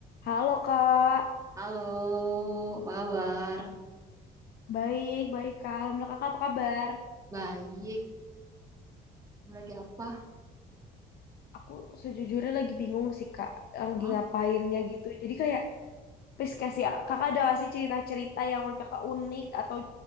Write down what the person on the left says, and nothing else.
Halo Kak,
baik, baik Kak. Alhamdulillah Kakak apa kabar?
Aku sejujurnya lagi bingung sih Kak,
lagi ngapainnya gitu. Jadi kayak, please kasih, Kakak ada nggak sih cerita-cerita yang menurut Kakak unik atau